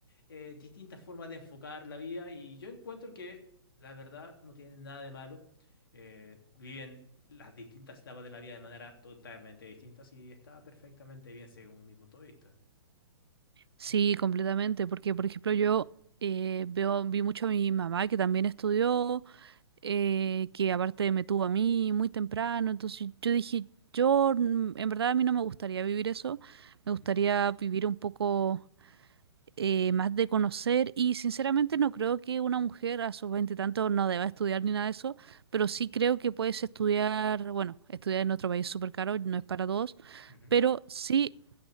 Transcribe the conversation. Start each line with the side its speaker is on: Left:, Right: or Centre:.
Left: eh, distintas formas de enfocar la vida y yo encuentro que la verdad no tiene nada de malo. Eh, viven las distintas etapas de la vida de manera totalmente distinta y está perfectamente bien según mi punto de vista.
Right: Sí, completamente, porque por ejemplo yo eh, veo, vi mucho a mi mamá que también estudió, eh, que aparte me tuvo a mí muy temprano, entonces yo dije, yo mm, en verdad a mí no me gustaría vivir eso, me
Left: Ujú,
Right: gustaría vivir un poco eh, más de conocer y sinceramente no creo que una mujer a sus veinte y tantos no deba estudiar ni nada de eso, pero sí creo que puedes estudiar, bueno, estudiar en otro país es súper caro, no es para todos,
Left: ujú,
Right: pero sí...